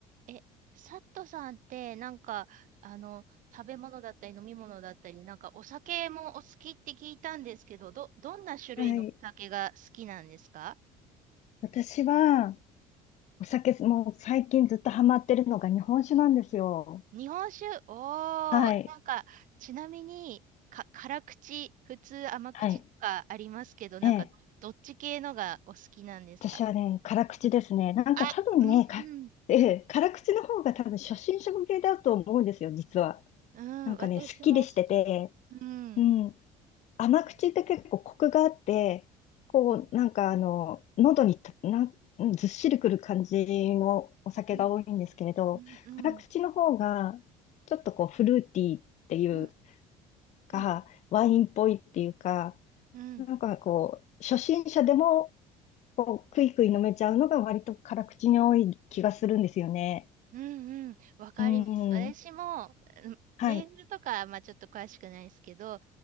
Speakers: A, on the right (about 60°); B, on the left (about 50°).
A: え、サットさんって、なんか、あの、食べ物だったり飲み物だったり、なんかお酒もお好きって聞いたんですけど、ど、どんな種類のお酒が好きなんですか
B: はい。私は、お酒、もう最近ずっとハマってるのが日本酒なんですよ。
A: 日本酒おー、
B: はい。
A: なんか、ちなみに、か、辛口、普通甘口とかありますけど、
B: はい。
A: なんかど、
B: ええ。
A: どっち系のがお好きなんですか
B: 私はね、辛口ですね。なんか多分ね、
A: あ、うんうん。
B: か、<laughs> ええ、辛口の方が多分初心者向けだと思うんですよ、実は。
A: うん、
B: なんかね、
A: 私も好き。
B: すっきりしてて、
A: うん。
B: うん。甘口って結構コクがあって、こう、
A: うん。
B: なんかあの、喉にたなん、ずっしりくる感じのお酒が多いんですけれど、
A: うん。うん。うん。
B: 辛口の方が、ちょっとこう、フルーティーっていう、
A: うん。
B: か、
A: うん。うん。
B: ワインっぽいっていうか、
A: うん
B: なんかこう、初心者でも、こう、クイクイ飲めちゃうのが割と辛口に多い気がするんですよね。
A: うんうん、わかります。
B: うん。
A: 私も、うんメールとか、
B: はい。
A: まあちょっと詳しくないですけど、